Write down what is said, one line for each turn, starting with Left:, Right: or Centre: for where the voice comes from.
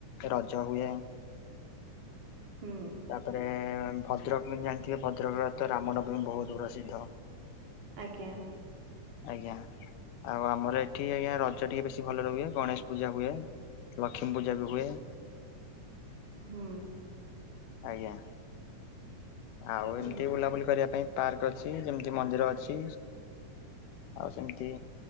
Left: ରଜ ହୁଏ।
Right: ହୁଁ।
Left: ତାପରେ ଭଦ୍ରକ ବି ଜାଣିଥିବେ ଭଦ୍ରକରେ ତ ରାମନବମୀ ବହୁତ ପ୍ରସିଦ୍ଧ।
Right: ଆଜ୍ଞା।
Left: ଆଜ୍ଞା। ଆଉ ଆମର ଏଠି ଆଜ୍ଞା ରଜ ଟିକେ ବେଶୀ ଭଲ ରୁହଏ ଗଣେଶ ପୂଜା ହୁଏ। ଲକ୍ଷ୍ମୀ ପୂଜା ବି ହୁଏ।
Right: ହଁ।
Left: ଆଜ୍ଞା। ଆଉ
Right: ହୁଁ
Left: ଏମିତି ବୁଲାବୁଲି କରିବା ପାଇଁ ପାର୍କ ଅଛି ଯେମିତି ମନ୍ଦିର ଅଛି। ଆଉ ସେମିତି।